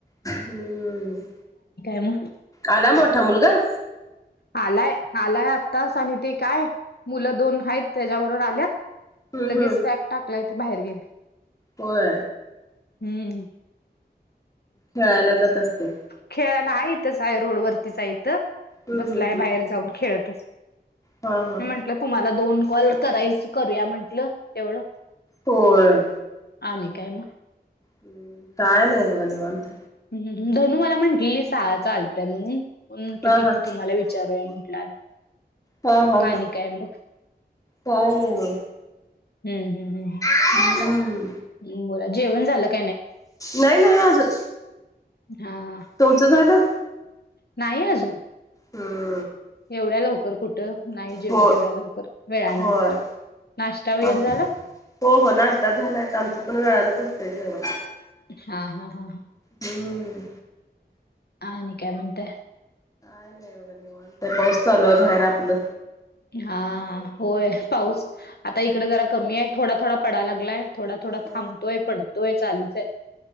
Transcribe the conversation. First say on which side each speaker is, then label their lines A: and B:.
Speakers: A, on the left; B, on the left.
A: हम्म,
B: मग
A: आला मोठा मुलगा?
B: आलाय -आलाय आत्तास आणि ते काय मुल दोन हायत त्याच्याबरोबर आल्यात
A: हम्म
B: लगेच
A: हम्म
B: सॅक टाकलाय, ते बाहेर गेलाय.
A: होय
B: हम्म
A: खेळायला जात असतेल
B: खेळायला हाय इथच हाय रोडवरतीच हाय इथ
A: हम्म
B: बसलाय
A: हम्म हम्म
B: बाहेर जाऊन खेळतच
A: हा हा
B: म्हंटलं तुम्हाला दोन कॉल करायच करूया म्हंटल तेवढ
A: होय
B: आली काय मग?
A: हं काय नाही बघा निवांत
B: हं, धनू मला म्हणाली, सहाळ्याचा आला होता म्हणून म्हटलं,
A: हा
B: किती
A: हा
B: तुम्हाला विचारूया म्हटलं,
A: हा हा
B: आणि
A: हा
B: काय मग?
A: काय नाही, बघ.
B: हं हं
A: हम्म
B: हं, बोला, जेवण झालं का?
A: नाही ना, अजून
B: हा.
A: तुमचं झालं?
B: नाही, अजून.
A: हं
B: एवढ्या लवकर कुठं? नाही, जेवत
A: हो
B: नाही एवढ्या लवकर. वेळानंच
A: होय
B: जरा नाश्ता वगैरे
A: आम
B: झाला.
A: हो हो, नाश्ता झालाय. आमचं पण वेळच असतंय जेवण.
B: हा हा हा हा!
A: हम्म
B: आणि काय म्हणताय?
A: काय नाही, बघा, निवांत तर. पाऊस चालू आहे बाहेर आपलं.
B: हा होय, पाऊस आता इकडे जरा कमी आहे, थोडा-थोडा पडायला लागलाय. थोडा थोडा
A: अ
B: थांबतोय पडतोय चालूच आहे.